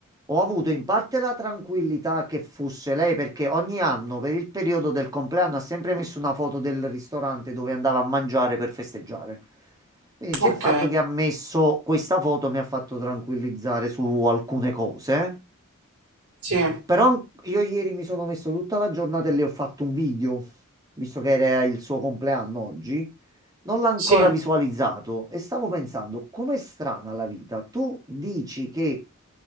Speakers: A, on the right (about 15°); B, on the right (about 85°).
A: ho avuto in parte la tranquillità che fosse lei perché ogni anno per il periodo del compleanno ha sempre messo una foto del ristorante dove andava a mangiare per festeggiare. Quindi già
B: ok,
A: il fatto che ha messo questa foto mi ha fatto tranquillizzare su alcune cose.
B: sì,
A: Però an- io ieri mi sono messo tutta la giornata e le ho fatto un video, visto che era il suo compleanno oggi. Non l'ho ancora
B: sì.
A: visualizzato e stavo pensando, com'è strana la vita. Tu dici che